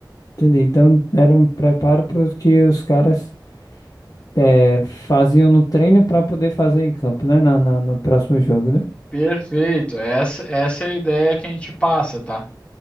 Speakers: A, on the left (about 50°); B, on the left (about 15°).
A: Entendi. Então era um preparo para os que os caras eh, faziam no treino para poder fazer em campo, né? Na, na- no próximo jogo, né?
B: Perfeito, essa, essa é a ideia que a gente passa, tá?